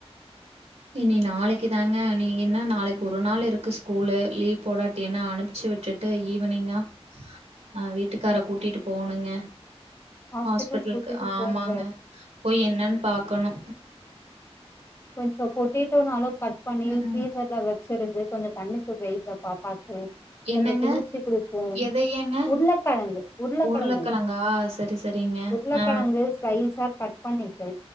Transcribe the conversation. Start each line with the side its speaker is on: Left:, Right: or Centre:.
Right: இனி நாளைக்கு தாங்க இனி என்ன நாளைக்கு ஒரு நாள் இருக்கு ஸ்கூலு லீவ் போடாட்டி என்ன அனுப்ச்சு விட்டுட்டு ஈவினிங்கா ஆ வீட்டுக்கார கூட்டிட்டு போவுனுங்க
Left: ஹாஸ்பிட்டல்
Right: ஹாஸ்பிட்டலுக்கு
Left: கூட்டிட்டு
Right: ஆமாங்க
Left: போங்க
Right: போயி என்னன் பாக்கணு
Left: கொஞ்ச பொட்டேட்டோனாலு கட் பண்ணி
Right: ம்
Left: ஃப்ரீசர்ல
Right: ம்
Left: வச் ச்சிருந்து கொஞ்ச கண்ணுக்கு வெங்க பாப்பாக்கு
Right: என்னங்க
Left: கொஞ்ச குளிர்ச்சி குடுக்கு
Right: எதையங்க
Left: உருளக்கெழங்கு உருளக்கெழங்கு
Right: உருளக்கெழங்கா சரி சரிங்க
Left: உர் ருளக்கெழங்கு
Right: ஆ
Left: ஸ்லைஸா கட் பண்ணிட்டு